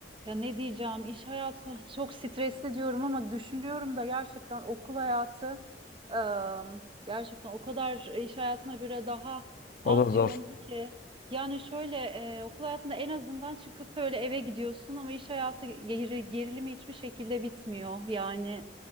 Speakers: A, on the right; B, on the left.
A: Ya ne diyeceğim iş hayatı <laughs> çok stresli diyorum ama düşünüyorum da gerçekten okul hayatı ım, gerçekten o kadar iş hayatına göre daha
B: O
A: az
B: da zor.
A: yoğundu ki. Yani şöyle e, okul hayatında en azından çıkıp öyle eve gidiyorsun ama iş hayatı geri, gerilimi hiçbir şekilde bitmiyor. Yani